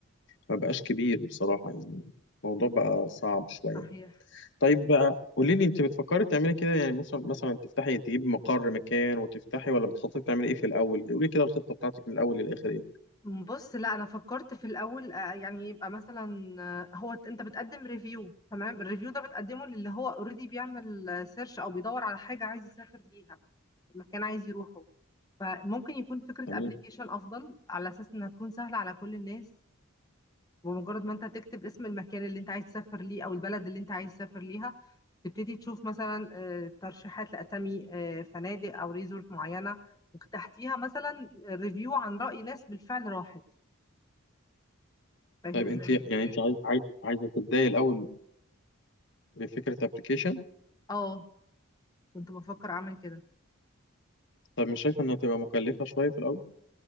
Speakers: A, on the left (about 55°); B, on the left (about 15°).
A: ما بقاش كبير بصراحة يعني الموضوع بقى صعب شوية
B: صحيح
A: طيب بقى قولي لي انت بتفكري تعملي كده يعني مثلا مثلا تفتحي تجيبي مقر مكان وتفتحي ولا بتخططي تعملي ايه في الاول قولي لي كده الخطه بتاعتك من الاول للاخر ايه
B: بص لا انا فكرت في الاول آه، يعني يبقى مثلا آه، هو انت بتقدم ريفيو تمام الريفيو ده بتقدمه للي هو اوريدي بيعمل سيرش او بيدور على حاجه عايز يسافر ليها المكان عايز يروحه فممكن يكون فكرة
A: تمام
B: ابلكيشن افضل على اساس انها تكون سهلة على كل الناس بمجرد ما انت تكتب اسم المكان اللي انت عايز تسافر ليه او البلد اللي انت عايز تسافر ليها تبتدي تشوف مثلا آه، ترشيحات لاسامي آه، فنادق او ريزورت معينة وتحتيها مثلا ريفيو عن رأي ناس بالفعل راحت فاهم
A: طيب
B: ازاي؟
A: انت يعني انت عاي... عاي... عايزه تبداي الاول بفكره ابلكيشن
B: اه كنت بفكر اعمل كده
A: طب مش شايفه انها تبقى مكلفه شويه في الاول